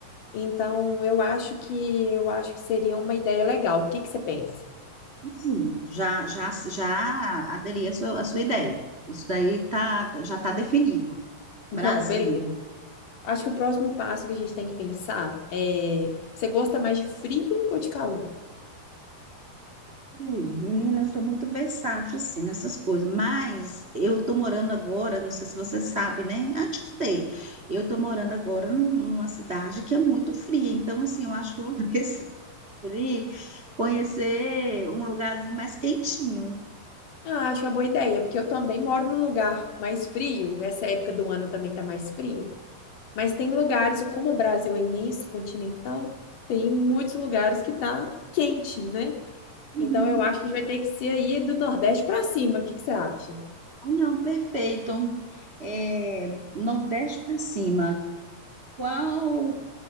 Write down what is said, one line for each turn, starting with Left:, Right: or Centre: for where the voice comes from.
Left: Então, eu acho que eu acho que seria uma ideia legal. O que que você pensa?
Right: Hum, já, já, já aderi à sua, à sua ideia. Isso daí tá, já está definido.
Left: <laughs> Não,
Right: Brasil.
Left: beleza. Acho que o próximo passo que a gente tem que pensar é, você gosta mais de frio ou de calor?
Right: Sim, Menina, eu sou muito versátil, assim, nessas coisas, mas eu tô morando agora, não sei se você sabe, né? Ah, te contei. Eu tô morando agora num- numa cidade que é muito fria, então, assim, eu acho que eu vou <laughs> preferir conhecer um lugarzinho mais quentinho.
Left: Ah, acho uma boa ideia, porque eu também moro num lugar mais frio. Essa época do ano também tá mais fria. Mas tem lugares, como o Brasil é imenso, continental, tem muitos lugares que tá quente, né?
Right: Uhum.
Left: Então eu acho que a gente vai ter que ser aí do Nordeste para cima. O que que você acha?
Right: Ah, não, perfeito. É, Nordeste para cima, qual